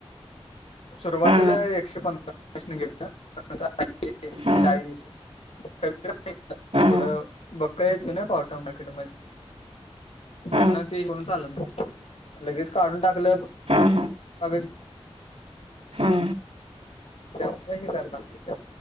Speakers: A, on the left (about 75°); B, on the right (about 80°).
A: सुरुवातीला
B: हा
A: एकशे पंधरा निघेले
B: हा
A: चाळीस कमी
B: हा
A: थोडं बका याेत ना पावटा मार्केट म म्ह
B: हा
A: ना ते होन चालं ना लगेच काढून टाकलंग
B: हा हा
A: प
B: हा
A: त्याच्यामुळे ह करणार तिच्या